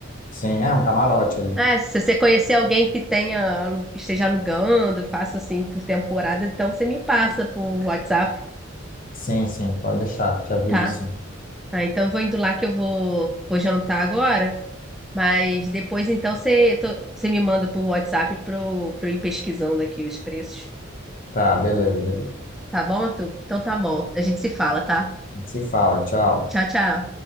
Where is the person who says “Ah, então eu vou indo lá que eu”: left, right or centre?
Centre